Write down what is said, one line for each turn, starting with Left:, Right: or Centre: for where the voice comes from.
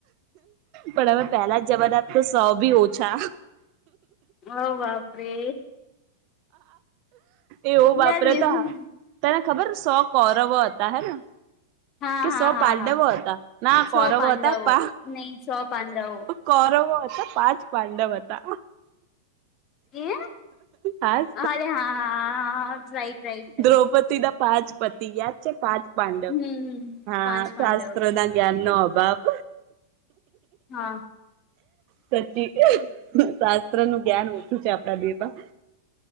Right: પણ હવે પેલા જ જવાના તો સૌ ભી ઓછા
Left: હવ બાપ રે
Right: એવું વાપરે
Left: યાર વિઝન
Right: તા તને ખબર સો કૌરવો હતા હેને
Left: હા
Right: કે
Left: હા
Right: સ
Left: હા
Right: પાંડવો
Left: હા
Right: હતા ના
Left: છો
Right: કોરવો
Left: પાંડવો
Right: હતા
Left: નહી છો પાંડવો
Right: કૌરવો હતા પાંચ પાંડવ હતા
Left: એ
Right: હાજ
Left: અરે હા હા રાઈટ રાઈટ રાઈટ
Right: દ્રૌપદી ના પાંચ પતિએ પાંચ પાંડવ
Left: હમ હમ
Right: હા
Left: પાંચ પાંડવ
Right: શાસ્ત્ર ના જ્ઞાન નો અભાવ
Left: હા
Right: સચી શાસ્ત્ર નું જ્ઞાન ઓછું છે આપણા બેઉમા